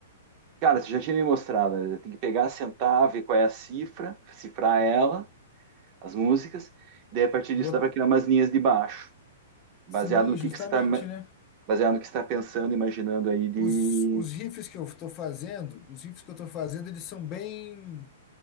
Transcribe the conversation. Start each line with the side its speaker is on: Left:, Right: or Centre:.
Right: Cara, você já tinha me mostrado, né? Tem que pegar, sentar, ver qual é a cifra, cifrar ela, as músicas, daí a partir disso
Left: Bot-
Right: dá para criar umas linhas de baixo, baseado
Left: Sim,
Right: no
Left: justamente,
Right: que, que você está,
Left: né?
Right: baseado no que você está pensando, imaginando aí de.
Left: Os, os riffs que eu tô fazendo, os riffs que eu tô fazendo, eles são bem